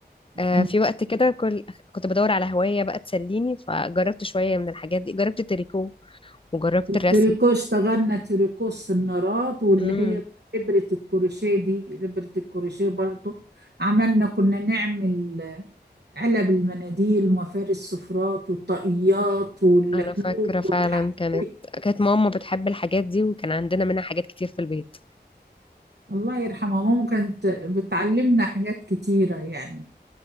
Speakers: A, on the left; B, on the right.
A: آه
B: أنا
A: في وقت كده كل كنت بدور على هواية بقى تسليني فجربت شوية من الحاجات دي جربت التريكو وجربت
B: التريكو
A: الرسم
B: اشتغلنا تريكو السنارات واللي
A: امم
B: هي ابرة الكروشيه دي ابرة الكروشيه برضو عملنا كنا نعمل آه، علب المناديل ومفارس السفرات والطاقيات واللكلوك
A: أنا فاكرة فعلا
B: والحاجات
A: كانت
B: دي.
A: كانت ماما بتحب الحاجات دي وكان عندنا منها حاجات كتير في البيت
B: الله يرحمها ماما كانت بتعلمنا حاجات كتيرة يعني